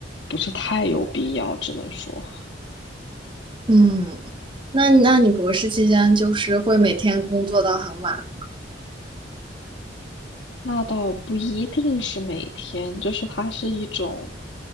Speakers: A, on the left; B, on the right.
A: 不是太有必要，只能说
B: 嗯，那那你博士期间就是会每天工作到很晚？
A: 那倒不一定是每天，就是它是一种